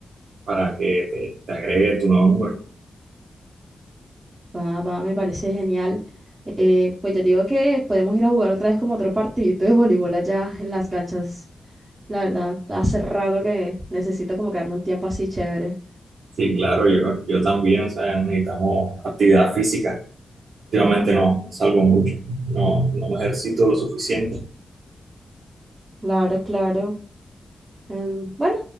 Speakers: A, on the right; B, on the right.
A: para que te, te agregue tu nuevo número.
B: Va, va, me parece genial. Eh, pues yo digo que podemos ir a jugar otra vez como otro partidito de voleibol allá en las canchas. La verdad, hace rato que necesito como quedarme un tiempo así chévere.
A: Sí, claro, yo, yo también, o sea, necesitamos actividad física. Últimamente no no salgo mucho, no, no me ejercito lo suficiente.
B: Claro, claro. Em, bueno,